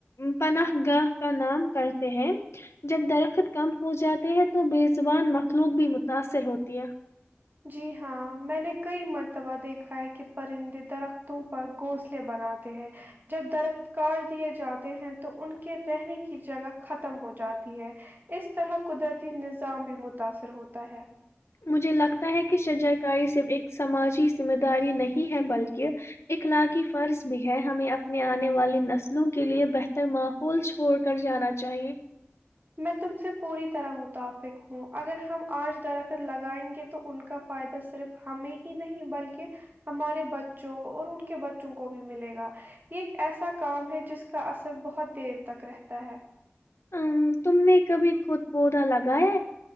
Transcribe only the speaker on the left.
پناہ گاہ کا نام کرتے ہیں جب درخت کم ہو جاتے ہیں تو بےزبان مخلوق بھی متاثر ہوتی ہے
مجھے لگتا ہے کہ شجا کاری صرف ایک سماجی ذمہ داری نہیں ہے بلکہ اخلاقی فرض بھی ہے ہمیں اپنے آنے والی نسلوں کے لیے بہتر ماحول چھوڑ کر جانا چاہیے
ام، تم نے کبھی خود پودا لگایا